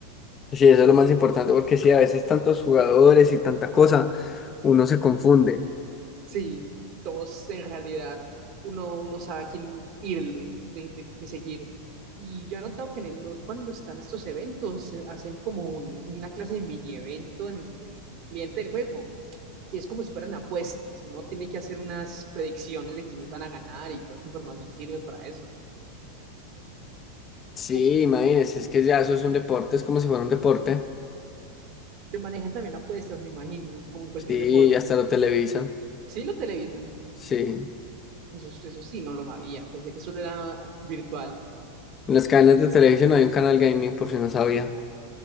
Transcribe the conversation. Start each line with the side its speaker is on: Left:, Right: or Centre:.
Left: Sí, eso es lo más importante, porque sí, a veces tantos jugadores y tanta cosa, uno se confunde.
Right: Sí, todos en realidad uno, uno sabe a quién irle, de, de- de seguir. Y yo he notado que en el LOL cuando están estos eventos se hacen como un- una clase de mini evento en el, en el cliente del juego. que es como si fueran apuestas. Uno tiene que hacer unas predicciones de quiénes van a ganar y toda esta información sirve para eso.
Left: Sí,
Right: Uh,
Left: imagínense, es que ya eso es un deporte, es como si fuera un deporte.
Right: te manejan también apuestas, me imagino, como en cualquier
Left: Sí,
Right: deporte.
Left: y hasta lo televisan.
Right: Sí, lo televisan.
Left: Sí.
Right: Eso, eso sí, no lo sabía. Pensé que solo era virtual.
Left: En las cadenas de televisión hay un canal gaming, por si no sabía.